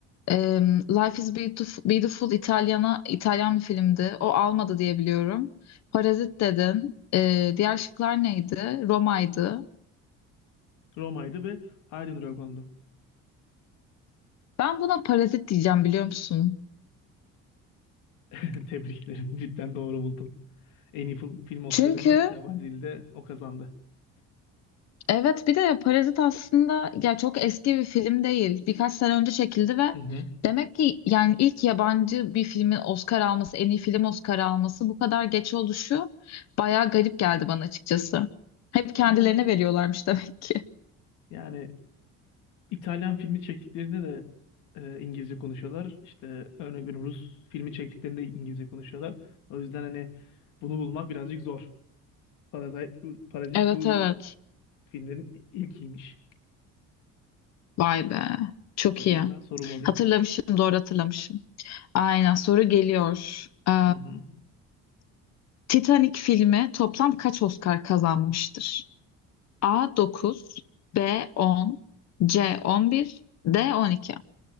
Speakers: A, on the left; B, on the left.
A: Em, Life is Beautiful, Beautiful İtalyana, İtalyan bir filmdi. O almadı diye biliyorum. Parazit dedin. Ee, diğer şıklar neydi? Roma'ydı.
B: Roma'ydı ve Haydn Rogon'du.
A: Ben buna Parazit diyeceğim biliyor musun?
B: <laughs> Tebrik ederim. Cidden doğru buldun. En iyi film film Oscar'ını
A: Çünkü
B: yabancı dilde o kazandı.
A: Evet bir de Parazit aslında ya çok eski bir film değil. Birkaç sene önce çekildi ve
B: Hı hı.
A: demek ki yani ilk yabancı bir filmin Oscar alması, en iyi film Oscar alması bu kadar geç oluşu bayağı garip geldi bana açıkçası. Hep kendilerine
B: Yani
A: veriyorlarmış demek ki.
B: yani İtalyan filmi çektiklerinde de e, İngilizce konuşuyorlar. İşte örnek veriyorum Rus filmi çektiklerinde İngilizce konuşuyorlar. O yüzden hani bunu bulmak birazcık zor. Parazit bu, Parazit
A: Evet
B: bu
A: evet.
B: filmlerin ilkiymiş.
A: Vay be. Çok
B: O zaman
A: iyi.
B: ben sorum alayım.
A: Hatırlamışım, doğru hatırlamışım. Aynen soru geliyor. Eee,
B: Hı hı.
A: Titanic filmi toplam kaç Oscar kazanmıştır? a dokuz, b on, c on bir, D12.